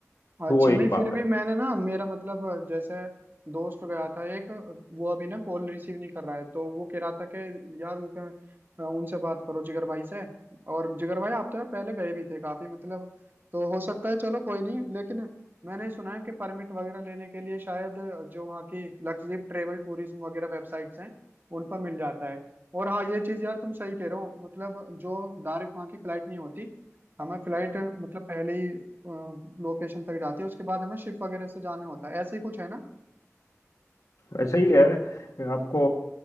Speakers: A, on the right; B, on the left.
A: अच्छा
B: वो एक
A: नहीं
B: बात
A: फिर भी
B: है
A: मैंने ना मेरा मतलब जैसे दोस्त गया था एक वो अभी ना कॉल रिसीव नहीं कर रहा है तो वो कह रहा था कि यार उनके उनसे बात करो जिगर भाई से और जिगर भाई आप तो यार पहले गए भी थे काफी मतलब तो हो सकता है चलो कोई नहीं लेकिन मैंने सुना है कि परमिट वगैरह लेने के लिए शायद जो वहाँ की लक्षद्वीप ट्रेवल टूरिज्म वगैरह वेबसाइट्स हैं उन पर मिल जाता है और हाँ ये चीज़ यार तुम सही कह रहे हो मतलब जो डायरेक्ट वहाँ की फ्लाइट नहीं होती हमें फ्लाइट मतलब पहले ही लोकेशन तक जाती है उसके बाद हमें शिप वगैरह से जाने होता है ऐसे ही कुछ है ना
B: वैसे ही है आपको